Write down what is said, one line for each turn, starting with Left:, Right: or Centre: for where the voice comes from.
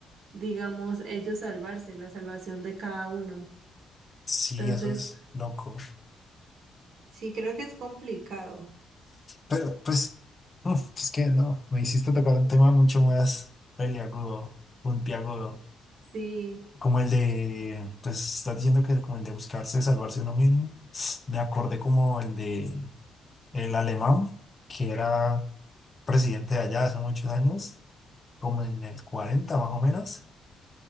Right: digamos, ellos salvarse, la salvación de cada uno.
Left: Sí,
Right: Entonces,
Left: eso es loco.
Right: Sí, creo que es complicado.
Left: Pero, pues, uf, es que no, me hiciste tocar un tema mucho más peliagudo, puntiagudo,
Right: sí.
Left: como el de, pues, estás diciendo que como el de buscarse, salvarse uno mismo. Me acordé como el de el alemán, que era presidente de allá hace muchos años, como en el 40 más o menos,